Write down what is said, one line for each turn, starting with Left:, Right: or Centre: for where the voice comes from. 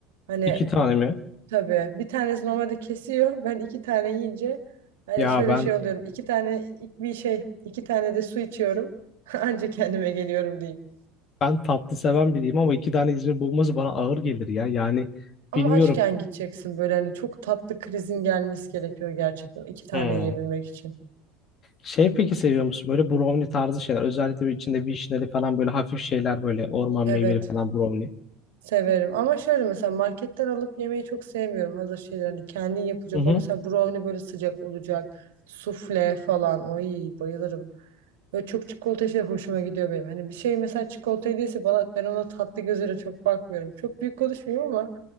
Right: Hani
Left: İki tane mi?
Right: tabii bir tanesi normalde kesiyor. Ben iki tane yiyince hani
Left: Ya
Right: şöyle
Left: ben
Right: şey oluyorum. İki tane bir şey, iki tane de su içiyorum. <laughs> Anca kendime geliyorum diyeyim.
Left: Ben tatlı seven biriyim ama iki tane İzmir bombası bana ağır gelir ya. Yani
Right: Ama
Left: bilmiyorum.
Right: açken gideceksin böyle hani çok tatlı krizin gelmesi gerekiyor gerçekten. iki tane
Left: Hmm.
Right: yiyebilmek için.
Left: Şey peki seviyor musun? Böyle brownie tarzı şeyler. Özellikle bir içinde vişneli falan böyle hafif şeyler böyle orman
Right: Evet.
Left: meyveli falan brownie.
Right: Severim ama şöyle mesela marketten alıp yemeyi çok sevmiyorum hazır şeyler hani kendin yapacak
Left: Hı hı.
Right: o mesela brownie böyle sıcak olacak sufle falan oy bayılırım böyle çok çikolata şey hoşuma gidiyor benim hani bir şey mesela çikolata değilse bana ben ona tatlı gözüyle çok bakmıyorum çok büyük konuşmuyorum ama